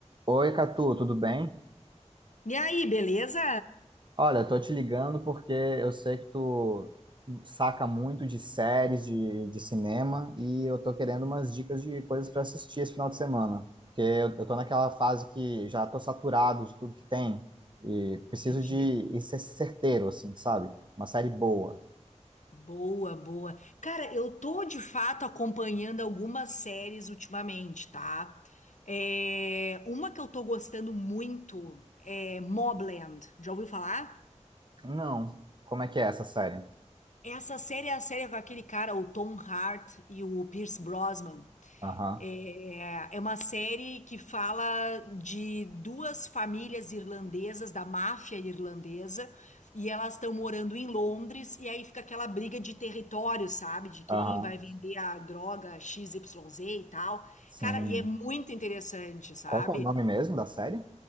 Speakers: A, on the right; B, on the left.
A: Oi, Catu, tudo bem?
B: E aí, beleza?
A: Olha, eu tô te ligando porque eu sei que tu saca muito de séries de, de cinema e eu tô querendo umas dicas de coisas para assistir esse final de semana, porque eu, eu tô naquela fase que já tô saturado de tudo que tem e preciso
B: Entendi.
A: de ir ser certeiro, assim, sabe? Uma série boa.
B: Boa, boa. Cara, eu tô de fato acompanhando algumas séries ultimamente, tá? É, Uma que eu tô gostando muito é Mobland. Já ouviu falar?
A: Não. Como é que é essa série?
B: Essa série é a série com aquele cara, o Tom Hart e o Pierce Brosnan.
A: Aham,
B: É é uma série que fala de duas famílias irlandesas, da máfia irlandesa, e elas estão morando em Londres, e aí fica aquela briga de território, sabe? De quem
A: aham,
B: vai vender a droga X Y Z e tal.
A: sim.
B: Cara, e é muito interessante, sabe?
A: Qual que é o nome mesmo da série?